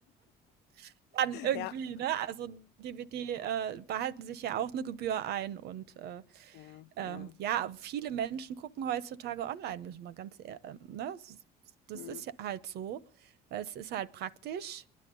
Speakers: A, on the right; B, on the left.
A: <laughs> dann irgendwie,
B: <laughs> Ja,
A: ne? Also, die die, äh, behalten sich ja auch eine Gebühr ein und, äh
B: Ja,
A: Ähm,
B: ja.
A: ja, viele Menschen gucken heutzutage online, müssen wir ganz ehrlich, ähm, ne? Das ist- das
B: Mhm.
A: ist ja halt so, weil es ist halt praktisch,